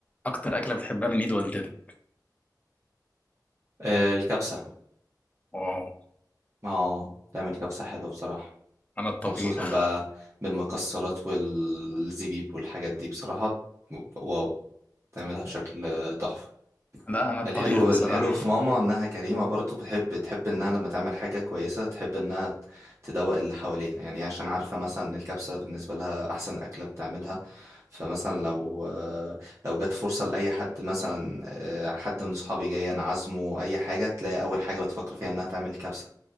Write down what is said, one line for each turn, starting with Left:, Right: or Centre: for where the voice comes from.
Left: اكتر اكله بتحبها من ايد والدتك
Right: آه، الكبسه
Left: واو
Right: اه تعمل كبسه حلوه بصراحه
Left: انا الطبيخ
Right: وخصوصا بقى بالمكسرات والزبيب والحاجات دي بصراحه واو تعملها بشكل آه، تحفه
Left: لا انا الطبيخ
Right: الحلو
Left: بصراحه
Right: الحلو في ماما انها كريمة برضو بتحب بتحب انها لما تعمل حاجة كويسة تحب انها تدوق اللي حواليها يعني عشان عارفة مثلا إن الكبسة بالنسبة لها احسن اكلة بتعملها فمثلا لو لو جت فرصة لأي حد مثلا آه، حد من اصحابي جاي انا عازمه اي حاجة تلاقي اول حاجة بتفكر فيها انها تعمل كبسة